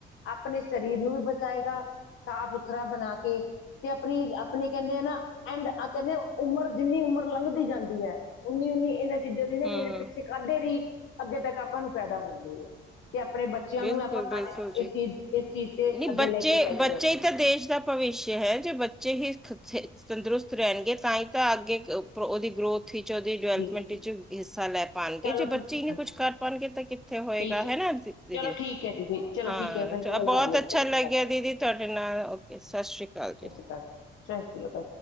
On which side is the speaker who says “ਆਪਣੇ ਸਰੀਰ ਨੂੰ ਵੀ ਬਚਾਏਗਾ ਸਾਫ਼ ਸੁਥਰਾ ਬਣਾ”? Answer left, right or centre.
Left